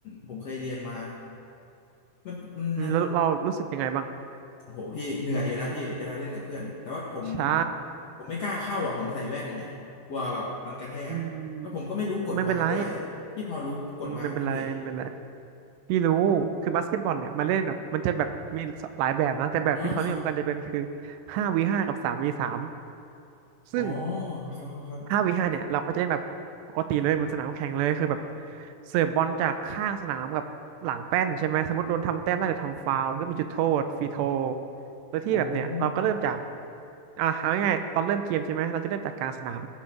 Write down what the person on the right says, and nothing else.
อืมแล้วเรารู้สึกยังไงบ้าง
ใช่
อืมไม่เป็นไร
อืมไม่เป็นไรไม่เป็นไร พี่รู้คือบาสเกตบอลเนี่ยมันเล่นแบบมันจะแบบมีหลายแบบนะแต่แบบที่เขานิยมกันจะเป็นคือ
ห้าวีห้ากับสามวีสามซึ่ง
ห้าวีห้าเนี่ยเราก็จะเล่นแบบปกติเลยบนสนามแข่งเลยคือแบบเสิร์ฟบอลจากข้างสนามกับหลังแป้นใช่ไหมสมมติโดนทำแต้มได้หรือทำฟาวล์ก็มีจุดโทษฟรีโทโดยที่แบบเนี่ยเราก็เริ่มจาก
อ่ะเอาง่ายๆตอนเริ่มเกมใช่ไหมเราจะเริ่มจากกลางสนาม